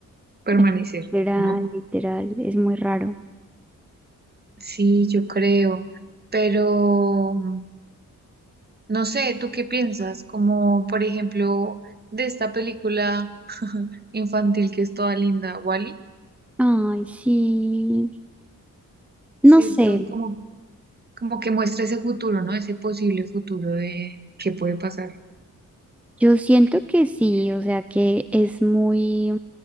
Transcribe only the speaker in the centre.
Es que Literal,
literal, es muy raro.
Ay, sí,
no sé,
Yo siento que sí, o sea que es muy,